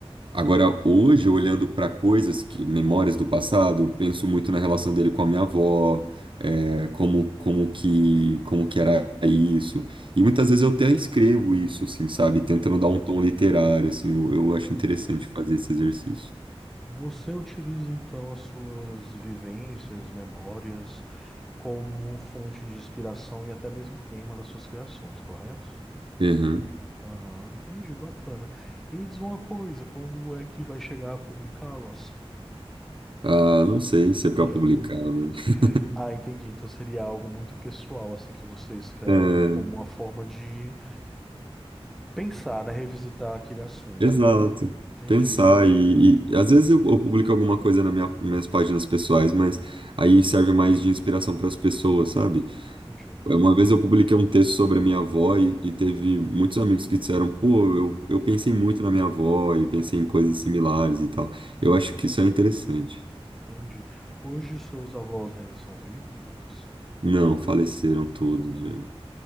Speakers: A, on the right; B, in the centre.
A: Agora, hoje, olhando para coisas que, memórias do passado, eu penso muito na relação dele com a minha avó, é, como, como que, como que era isso. E muitas vezes eu até escrevo isso, assim, sabe?
B: Uhum.
A: Tentando dar um tom literário, assim, eu, eu
B: Entendi.
A: acho interessante fazer esse exercício.
B: Você utiliza então as suas vivências, memórias, como fonte de inspiração e até mesmo tema das suas criações, correto?
A: Uhum.
B: Aham, entendi, bacana. E me diz uma coisa, quando é que vai chegar a publicá-las? <laughs>
A: Ah, não sei se é para
B: Uhum.
A: publicar, né? <laughs>
B: Ah, entendi. Então seria algo muito pessoal, assim, que você escreve
A: É,
B: como uma forma de pensar, né? Revisitar aquele assunto,
A: exato.
B: né? Entendi,
A: Pensar e, e- às vezes eu, eu publico alguma coisa na minha, nas minhas páginas pessoais, mas aí serve mais de inspiração para as pessoas, sabe?
B: entendi.
A: É, Uma vez eu publiquei um texto sobre a minha avó e, e teve muitos amigos que disseram, pô, eu, eu pensei muito na minha avó e pensei
B: Uhum,
A: em coisas similares e tal. Eu acho que isso é interessante.
B: entendi. Hoje os seus avós ainda são vivos, Lucas?
A: Não, faleceram todos
B: Entendi.
A: já.